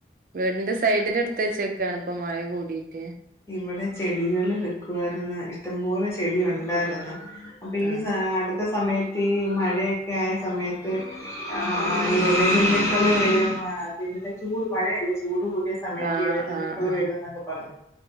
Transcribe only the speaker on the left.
ഇവിടെ ചെടികള് വെക്കുവായിരുന്ന് ഇഷ്ടംപോലെ ചെടി ഒണ്ടായിരുന്ന് അപ്പം ഈ
സ അടുത്ത സമയത്ത് ഈ മഴയൊക്കെ ആയ സമയത്ത് ആഹ്- എഴജന്തുക്കള് വരും അത് പിന്നെ ചൂട് മഴയല്ല ചൂട് കൂടിയ സ സമയത്ത്
എഴ ജന്തുക്കള്
വരുമെന്നെക്കെ പറഞ്ഞ്